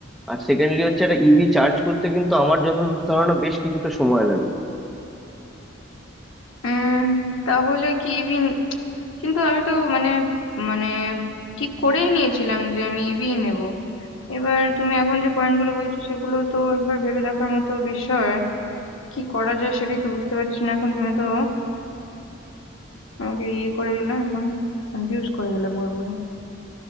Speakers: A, in the centre; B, on the left.
A: আর সেকেন্ডলি হচ্ছে একটা ইভি চার্জ করতে কিন্তু আমার যতদূর ধারণা বেশ কিছুটা সময় লাগে
B: উম তাহলে কি ইভি কিন্তু আমি তো মানে মানে ঠিক করেই নিয়েছিলাম যে আমি ইভি নেব এবার তুমি এখন যে পয়েন্টগুলো বলছো সেগুলো তো একবার ভেবে দেখার মতো বিষয় কি করা যায় সেটাই তো বুঝতে পারছি না এখন তুমি তো আমাকে ইয়ে করে দিলে এখন কনফিউজ করে দিলে পুরোপুরি